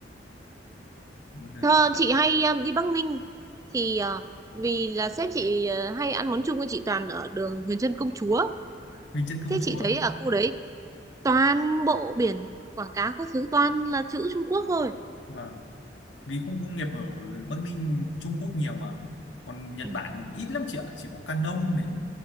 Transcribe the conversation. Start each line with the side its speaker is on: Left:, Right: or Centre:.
Left: Bây giờ
Right: Thơ, chị hay um, đi Bắc Ninh thì ờ, vì là sếp chị ờ, hay ăn món chung với chị toàn ở đường Huyền Trân Công Chúa
Left: Bình Chân Công
Right: thế chị
Left: Chúa
Right: thấy ở khu đấy toàn bộ biển quảng cáo các thứ toàn là chữ Trung Quốc thôi
Left: vâng vì khu công nghiệp ở Bắc Ninh Trung Quốc nhiều mà còn Nhật
Right: Ừ.
Left: Bản ít lắm chị ạ chỉ có Canon này